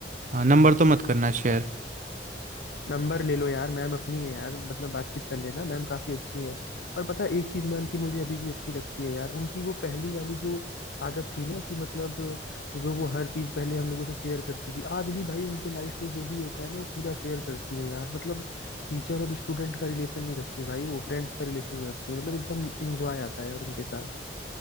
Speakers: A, on the right; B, on the left.
A: हाँ नंबर तो मत करना शेयर
B: नंबर ले लो यार मैम अपनी है यार मतलब बातचीत कर लेना मैम काफी अच्छी हैं और पता है एक चीज मैम की मुझे अभी भी अच्छी लगती है यार उनकी वो पहली वाली जो आदत थी ना कि मतलब जो वो हर चीज पहले हम लोगों से शेयर करती थी आज भी भाई उनके लाइफ में जो भी होता है ना वो पूरा शेयर करती है यार मतलब टीचर और स्टूडेंट का रिलेशन नहीं रखती भाई वो फ्रेंड्स का रिलेशन रखती है मतलब एकदम इंजॉय आता है यार उनके साथ